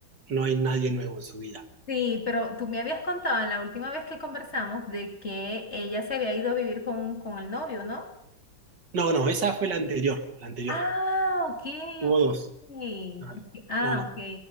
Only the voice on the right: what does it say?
no hay nadie nuevo en su vida.
No, no, esa fue la anterior, la anterior.
Hubo
dos.
No,
no. no.